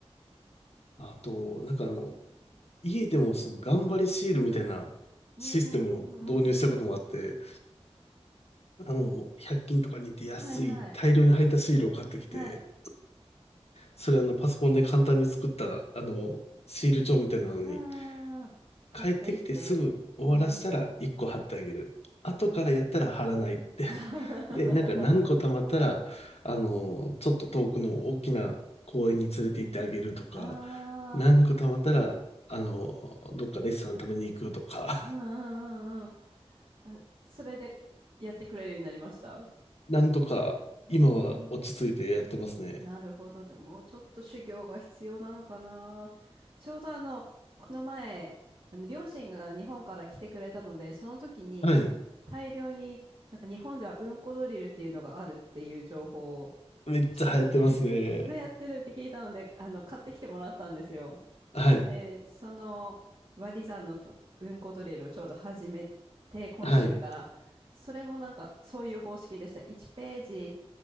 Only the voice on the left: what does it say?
あと、なんかあの、家でもその頑張りシールみたいなシステムを導入したこともあって、
あの、100均とかに行って安い大量に入ったシールを買ってきて、
それあの、パソコンで簡単に作った、あの、シール帳みたいなのに、
帰ってきてすぐ終わらせたら1個貼ってあげる。
後からやったら貼らないって
で、なんか何個貯まったら、あの、ちょっと遠くの大きな公園に連れて行ってあげるとか、
何個貯まったら、あの、どっかレストラン食べに行くとか、
<laughs> なんとか今は落ち着いてやってますね。
はい。
めっちゃ流行ってますね。
はい。
はい。